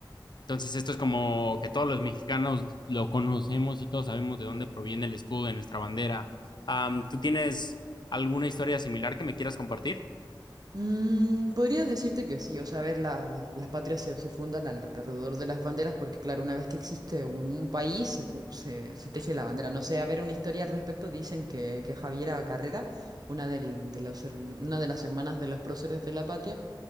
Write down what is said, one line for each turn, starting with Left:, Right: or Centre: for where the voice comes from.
Left: Entonces esto es como que todos los mexicanos lo conocemos y todos sabemos de dónde proviene el escudo de nuestra bandera. Am, ¿tú tienes alguna historia similar que me quieras compartir?
Right: Mm, podría decirte que sí, o sea, a ver, la- la- las patrias se, se fundan alrededor de las banderas porque, claro, una vez que existe un, un país, se, fu- se, se teje la bandera. No sé, a ver, una historia al respecto, dicen que, que Javiera Carrera, una, del- de los, herm- una de las hermanas de los próceres de la patria,